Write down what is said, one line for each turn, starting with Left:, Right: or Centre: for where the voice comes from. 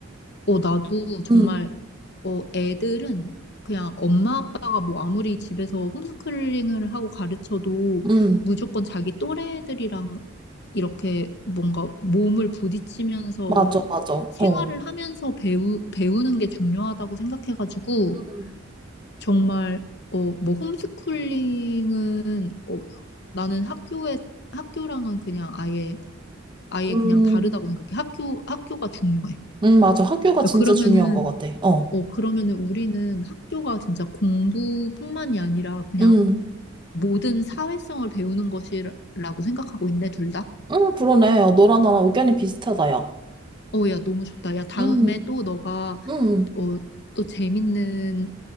Left: 어, 나도 정말,
Right: 응,
Left: 어, 애들은 그냥 엄마 아빠가 뭐 아무리 집에서 홈스쿨링을 하고 가르쳐도
Right: 응,
Left: 무조건 자기 또래들이랑 이렇게 뭔가 몸을 부딪히면서
Right: 맞아, 맞아.
Left: 생활을
Right: 어.
Left: 하면서 배우, 배우는 게 중요하다고 생각해가지고
Right: 음,
Left: 정말 어, 뭐 홈스쿨링은 어, 나는 학교에 학교랑은 그냥 아예 아예
Right: 음,
Left: 그냥 다르다고 생각해. 학교 학교가 중요해.
Right: 음, 맞아. 학교가 진짜
Left: 그러면은
Right: 중요한 것 같아. 어.
Left: 어, 그러면은 우리는 학교가 진짜 공부뿐만이 아니라 그냥
Right: 음,
Left: 모든 사회성을 배우는 것이라고 생각하고 있네, 둘 다.
Right: 음, 그러네. 어, 너랑 나랑 의견이 비슷하다, 야.
Left: 어, 야, 너무 좋다. 야, 다음에
Right: 음,
Left: 또 너가,
Right: 음.
Left: 어, 또 재밌는,